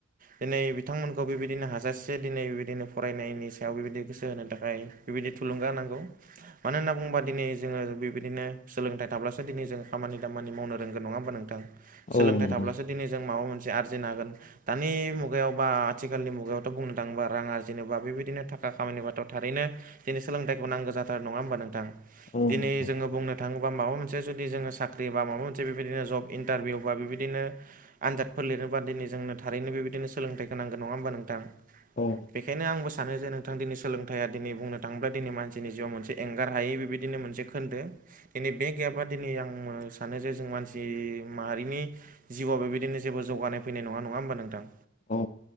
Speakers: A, on the right; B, on the left.
A: दिनै बिथांमोनखौ बेबायदिनो हाजासे दिनै बेबायदिनो फरायनायनि सायाव बेबायदि गोसो होनो थाखाय बेबायदि थुलुंगा होनांगौ मानो होनना बुङोबा दिनै जोङो बेबायदिनो सोलोंथाइ थाब्लासो दिनै जों खामानि दामानि मावनो रोंगोन नङा होमबा नोंथां सोलोंथाइ
B: औ नंगौ
A: थाब्लासो दिनै जों माबा मोनसे आरजिनो हागोन। दानि मुगायाव बा आथिखालनि मुगायावथ' बुंनो थाङोबा राङा जेनेबा बेबायदिनो थाखा खामानिबाथ' थारैनो दिनै सोलोंथाइखौ नांगौ जाथारो नङा होमबा नोंथां?
B: औ
A: दिनै
B: नंगौ
A: जोङो बुंनो थाङोबा माबा मोनसे जुदि जोङो साख्रि बा माबा मोन से बेबायदिनो जब इन्टारभिउ बा बेबायदिनो आनजादफोर लिरोबा दिनै जोंनो थारैनो बेबायदिनो सोलोंथाइखौ नांगोन नङा होमबा नोंथां?
B: औ
A: बेखायनो आंबो सानो जे नोंथां दिनै सोलोंथाइया दिनै बुंनो थाङोब्ला दिनै मानसिनि जिउआव मोनसे एंगार हायै बेबायदि दिनो मोनसे खोन्दो दिनै बे गैयाबा दिनै आं सानो जे जों मानसि माहारिनि जिउआव बेबायदिनो जेबो जौगानाय फैनाय नङा नङा होमबा नोंथां?
B: औ